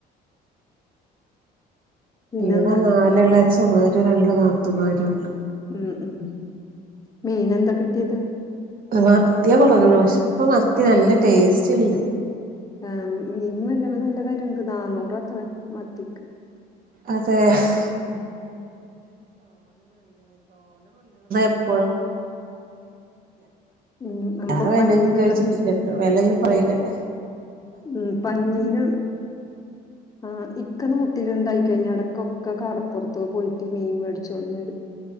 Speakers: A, on the left (about 20°); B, on the right (about 55°).
A: പിന്നെന്താ
B: ഇവിടെ നാലെളച്ചന്മാര്
A: ഇനി
B: രണ്ട് നാത്തൂമാരുണ്ട്
A: ഉം ഉം. മീൻ എന്താ കിട്ടിയത്?
B: മത്തിയാ കൊണ്ടന്ന്ക്ക്ണത് പക്ഷെ ഇപ്പ മത്തി നല്ല ടേസ്റ്റ് ണ്ട്.
A: ആ മീ മീൻ നല്ല നല്ല വെലണ്ട് നാന്നൂറാത്രേ മത്തിക്ക്.
B: അതെ <unintelligible>
A: ഉം
B: <unintelligible>
A: ഉം അപ്പൊ
B: ഞാൻ വെലൊന്നും
A: പഞ്ഞീനുള്ള
B: ചോയ്ച്ചിട്ടില്ലട്ടോ
A: മീന്
B: വെലൊന്നും <unintelligible>
A: ഉം പഞ്ഞീന് ആ ഇക്ക നാട്ടിലുണ്ടായിക്കയ്ഞ്ഞാ എടക്കൊക്കെ കടപ്പുറത്ത് പോയിട്ട് മീൻ മേടിച്ചു കൊട്ന്നെരും.